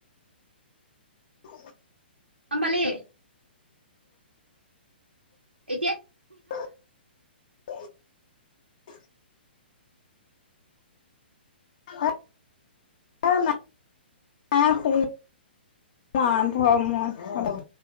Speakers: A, on the left; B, on the right.
A: অ
B: গম পালি? এতিয়াই।
A: বহুত। হত অ মা। আ শুম। মা ঘৰত মই শুম।